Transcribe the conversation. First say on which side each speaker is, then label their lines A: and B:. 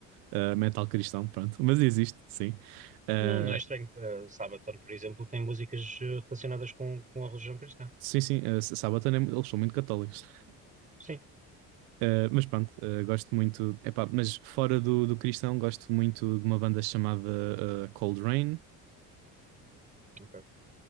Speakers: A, on the right (about 80°); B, on the right (about 20°).
A: ah, metal cristão, pronto, mas existe, sim. Ah,
B: Não, não é estranho. Eh, Sabaton, por exemplo, tem músicas eh, relacionadas com, com a religião cristã.
A: Sim, sim, eh, S- Sabaton, é mu- eles são muito católicos.
B: Sim,
A: Eh, mas pronto, eh, gosto muito. Epá, mas fora do, do cristão, gosto muito de uma banda chamada eh, Cold Rain.
B: Ok.